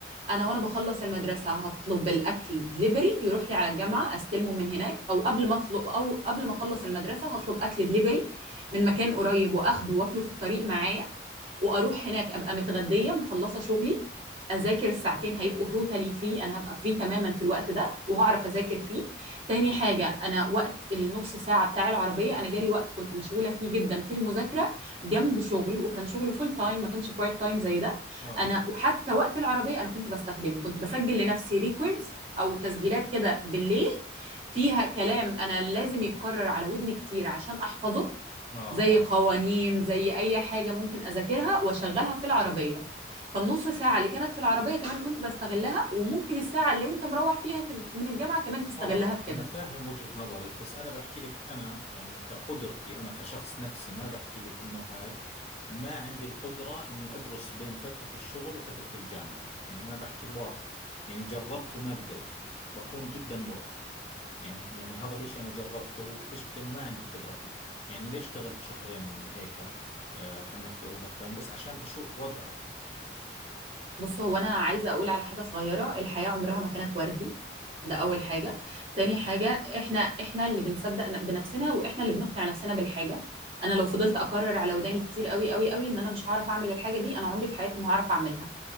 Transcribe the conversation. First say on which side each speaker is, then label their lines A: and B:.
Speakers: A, on the right; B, on the left.
A: انا وانا بخلص المدرسه هطلب الاكل دليفري يروح لي على الجامعه استلمه من هناك او قبل ما اطلب او قبل ما اخلص المدرسه هطلب اكل دليفري من مكان قريب واخده واكله في الطريق معايا واروح هناك ابقى متغديه مخلصه شغلي اذاكر الساعتين هيبقوا توتالي فري انا هبقى فري تماما في الوقت ده وهعرف اذاكر فيه تاني حاجه انا وقت النص ساعة بتاع العربية أنا جالي وقت كنت مشغولة فيه جدا في المذاكرة جنب شغل وكان شغل فول تايم ما كانش بارت تايم زي ده
B: اه
A: أنا وحتى وقت العربية أنا كنت بستخدمه كنت بسجل لنفسي ريكوردز أو تسجيلات كده بالليل فيها كلام أنا لازم يتكرر على ودني كتير عشان أحفظه
B: اه
A: زي
B: اه
A: قوانين زي أي حاجة ممكن أذاكرها وأشغلها في العربية فالنص ساعة اللي كانت في العربية كمان كنت بستغلها وممكن الساعة اللي وانت مروح فيها في من الجامعة كمان تستغلها
B: اه
A: في كده
B: انا فاهم وجهة نظرك بس انا بحكي لك انا يعني كقدرتي انا كشخص نفسي ما بحكي لك انه هاي ما عندي القدرة اني ادرس بين فترة الشغل وفترة الجامعة يعني انا بحكي الواقع يعني جربت وما قدرت بكون جدا مرهق يعني يعني هذا الاشي انا جربته واكتشفت انه ما عندي القدرة فيه يعني ليش اشتغلت شهرين هيك آه خلينا نحكي اوفر تايم بس عشان اشوف وضعي
A: بص هو انا عايزه اقول على حاجه صغيره الحياه عمرها ما كانت وردي ده اول حاجه تاني
B: اكيد
A: حاجه احنا احنا اللي بنصدق ن- بنفسنا واحنا اللي بنقنع نفسنا بالحاجه انا لو فضلت اكرر على وداني كتير قوي قوي قوي ان انا مش هعرف اعمل الحاجه دي انا عمري في حياتي ما هعرف اعملها